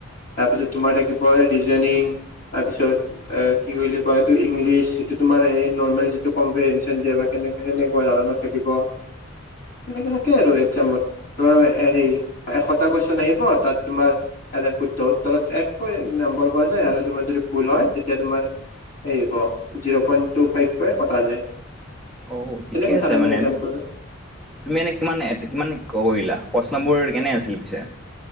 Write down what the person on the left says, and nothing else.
তাৰপিছত তোমাৰ থাকিব ৰিজনিং তাৰপিছত এ কি বুলি কয় এইটো? ইংলিছ যিটো তোমাৰ এই নৰ্মেল যিটো কম্পেহেঞ্চণ দিয়ে বা কেনে সেনেকোৱা ধৰণৰ থাকিব সেনেকে থাকে আৰু এক্সামত। তোমাৰ এই হেৰি এশটা কুৱেশ্যন আহিব তাত তোমাৰ এয়াতে শুদ্ধ উত্তৰত এককৈ নম্বৰ পোৱা যায় আৰু তোমাৰ যদি ভুল হয় তেতিয়া তোমাৰ হেৰি হ'ব, জিৰ পইণ্ট টু ফাইভ কে কটা যায়।
তেনেকুৱা
ধৰণৰ
এক্জামটো